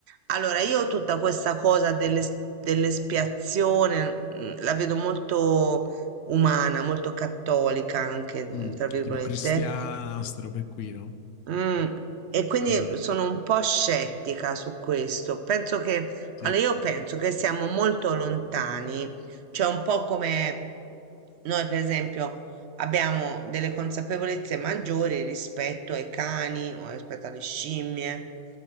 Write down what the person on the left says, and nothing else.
Mm.
Tipo cristiana, ste robe qui, no?
Mhm.
Sì,